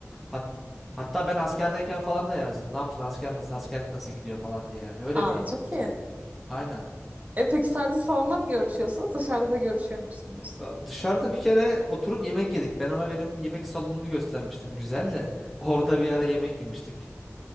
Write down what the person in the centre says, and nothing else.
Hat- hatta ben askerdeyken falan da yazdım. Ne yaptın asker nasıl askerlik nasıl gidiyor falan diye yani öyle
bir
insan.
Aynen.
Ya Dışarıda bir kere oturup yemek yedik. Ben ona benim yemek salonunu göstermiştim güzel de. Orada bir ara yemek yemiştik.